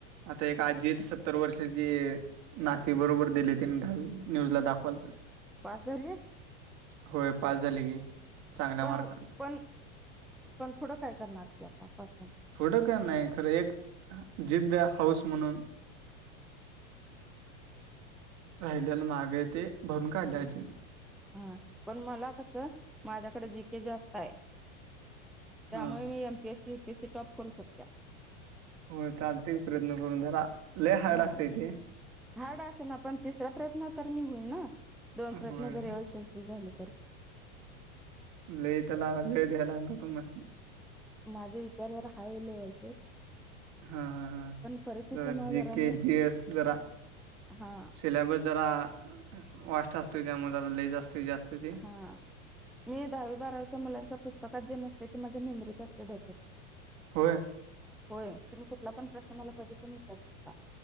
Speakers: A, on the right (about 45°); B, in the centre.
A: आता एक आजी सत्तर वर्षाची नाते बरोबर दिले तिने दहावी, न्यूज ला दाखवाल ता.
B: पास झालीय?
A: होय, पास झाली की. चांगल्या
B: पण
A: मार्काने
B: पण पण पुढं काय करणार ती आतापासून?
A: पुढं काय नाही. खरं, एक जिद्द हाऊस म्हणून. राहिल्याला माग आहे ते, भरून काढले
B: हम्म
A: अजीन.
B: हा पण मला कसं, माझ्याकडे जी केे जास्त आहे. त्यामुळे
A: हा
B: मी M P SC U P SC top करू शकत्या.
A: होय चालते की, प्रयत्न करून जरा लय हार्ड
B: हा
A: असतय ते.
B: हार्ड असल ना, पण तिसऱ्या प्रयत्नात तर मी होईन ना. दोन
A: होय
B: प्रयत्न जर अयशस्वी झाले तर.
A: लई त्याला वेळ दयाय लागणारं तुमास्नी.
B: माझे विचार जरा हाय लेवलचेत.
A: हा हा हा,
B: परिस्थितीमुळे
A: जरा जी केे,
B: मी
A: जी एस जरा
B: हा
A: सिलॅबस जरा वास्ट असतोय, त्यामुळे जरा लई जास्तीत जास्त ते
B: हा, मी दहावी, बारावीच्या मुलांच्या पुस्तकात जे नसतय, ते माझ्या मेमरीत असतय. डोक्याच्या
A: होय?
B: होय, तुम्ही कुठला पण प्रश्न, मला कधी पण विचारू शकता.